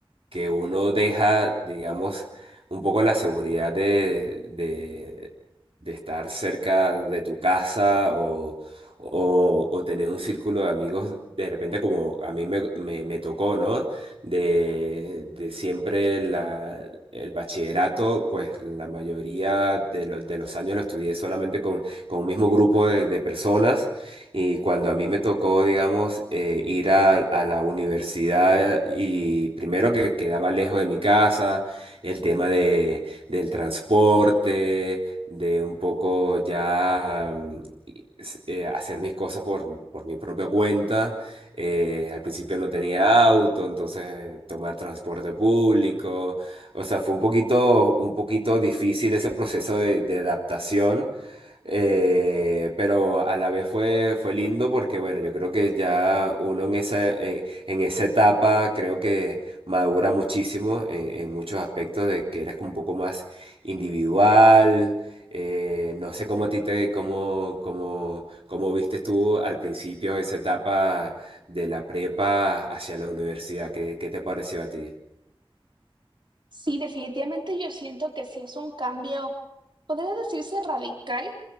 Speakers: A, on the right; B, on the right.
A: que uno deja, digamos, un poco la seguridad de, de- de estar cerca de tu casa o, o- o tener un círculo de amigos, de repente como a mí me, me me tocó, ¿no? de, de siempre la- el bachillerato, pues la mayoría de, lo- de los años lo estudié solamente con, con un mismo grupo de, de personas y cuando a mí me tocó, digamos, eh, ir a, a la universidad y primero que quedaba lejos de mi casa, el tema de, del transporte, de un poco ya... mm, y- s- eh, hacer mis cosas por, por mi propia cuenta eh, al principio no tenía auto, entonces tomar transporte público. O sea, fue un poquito, un poquito difícil ese proceso de, de adaptación. eh, pero a la vez fue, fue lindo porque, bueno, yo creo que ya uno en esa, en, en esa etapa creo que madura muchísimo en, en muchos aspectos de que eres como un poco más individual. eh, no sé cómo a ti te, cómo, cómo, cómo viste tú al principio esa etapa de la prepa hacia la universidad. ¿Qué, qué te pareció a ti?
B: Sí, definitivamente yo siento que sí es un cambio, podría decirse radical,